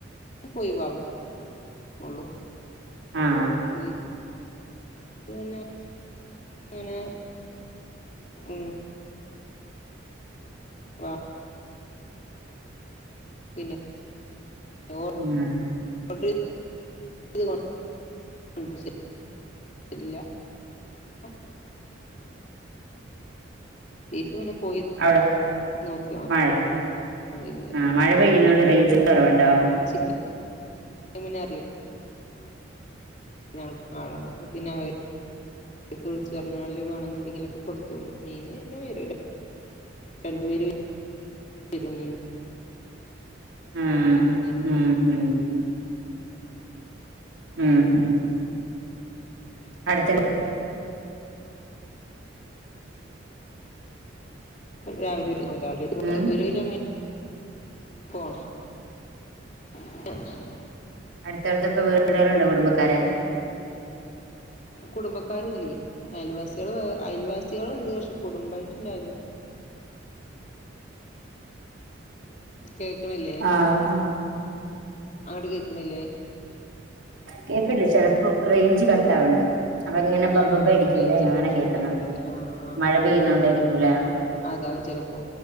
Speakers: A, on the left; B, on the right.
A: ഒഴിവാവും കൊള്ളു
B: ആഹ്
A: പോയി പിന്നെ ഇങ്ങനെ ഏഹ് വാ പിന്നെ ഒ
B: ആഹ്
A: കൊണ്ട് ഇത് കൊ ഗുൾകൂസേ ഇല്ലാ ഒഹ് ബീഫ് പിന്നെ പോയി
B: അവ്ടെ
A: നോക്കി വാങ്ങാൻ
B: മഴെ
A: കഴിയ
B: ആഹ് മഴ പെയ്യ്ന്നോണ്ട് റെയ്ഞ്ച് കൊറവ്ണ്ടാേ
A: ചിക്കൻ മുന്നേ അറിയു ഞ <unintelligible> ആളാണ് അപ്പൊ പിന്നെ അവെ ട്ത്ത് വ്ൾച്ച് പർഞ്ഞാല് വാങ്ങ്ണ്ടെങ്കിലൊക്കെ കൊടുത് വിടും മീന് ന്നെ വെരൂലാ രണ്ട് പേര് <unintelligible>
B: ആഹ്
A: ണ്ട്
B: ഉം ഉം ആഹ് ഉം അട്ത്തന്നെ
A: രാവിലെ വെരുംമ്പം രാവിലെ
B: ഉം
A: ഒര് കിലോ മീ ഫോൺ <unintelligible>
B: അട്ത്തട്ത്തൊക്കെ വീട്കള്ണ്ടാേ കുടുംബക്കാരേ
A: കുടുംബക്കാരില്ലേ അയൽവാസ്യേള് വേ അയൽവാസ്യേള്ണ്ട് പക്ഷെ കുടുംബായ്ട്ടില്ലാരും കേക്ക്ണില്ലേ
B: ആഹ് ആഹ്
A: അങ്ങട്ട് കേക്ക്ണില്ലേ
B: കേക്ക്ണ്ട് ചെലപ്പം റെയ്ഞ്ച് കട്ടാവ്ണ്ട് അപ്പൊ ഇങ്ങെനെ ബബ്ബബ്ബ
A: ആഹ്
B: അടിയ്ക്കൂലേ
A: റേഞ്ചിന്റെ
B: അങ്ങനെ
A: പ്രശ്നം
B: കേക്ക്ണ്
A: വരുന്നുണ്ടല്ലേ ആഹ് ആഹ്
B: മഴ പെയ്യ്ന്നാേണ്ടായ്രിക്കൂലാ
A: അതെല്ലേ അതാവും ചെലെപ്പോ